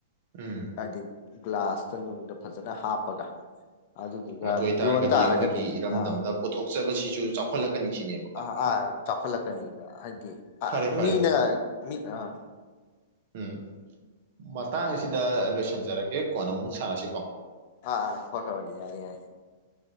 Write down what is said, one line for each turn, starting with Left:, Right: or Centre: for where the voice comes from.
Right: ꯎꯝ
Left: ꯍꯥꯏꯗꯤ ꯒ꯭ꯂꯥꯁꯇ ꯅꯨꯡꯗ ꯐꯖꯅ ꯍꯥꯞꯄꯒ ꯑꯗꯨꯗꯨꯒ
Right: ꯑꯗꯨ ꯑꯣꯏꯇꯥꯔꯒꯗꯤ
Left: ꯌꯣꯟ ꯇꯥꯔꯒꯗꯤꯅꯦ
Right: ꯑꯩꯈꯣꯏꯒꯤ ꯏꯔꯝꯗꯝꯗ
Left: ꯑꯥ
Right: ꯄꯨꯊꯣꯛꯆꯕꯁꯤꯁꯨ ꯆꯥꯎꯈꯠꯂꯛꯀꯅꯤ ꯁꯤꯅꯦꯕꯀꯣ
Left: ꯑ ꯑꯥ ꯆꯥꯎꯈꯠꯂꯛꯀꯅꯤꯕ ꯍꯥꯏꯗꯤ
Right: ꯐꯔꯦ ꯐꯔꯦ
Left: ꯃꯤꯅ ꯃꯤ ꯑꯥ
Right: ꯎꯝ ꯃꯇꯥꯡ ꯑꯁꯤꯗ ꯂꯣꯏꯁꯤꯟꯖꯔꯒꯦ ꯀꯣꯟ ꯑꯃꯨꯛ ꯁꯥꯔꯁꯤꯀꯣ
Left: ꯑꯥ ꯑꯥ ꯍꯣꯏ ꯍꯣꯏ ꯌꯥꯏ ꯌꯥꯏ